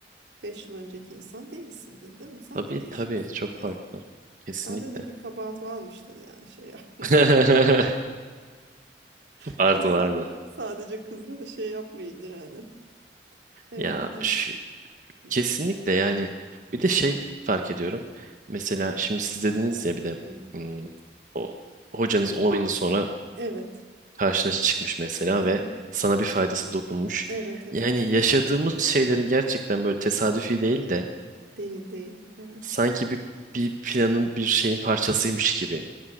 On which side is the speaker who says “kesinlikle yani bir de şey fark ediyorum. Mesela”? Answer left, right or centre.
Right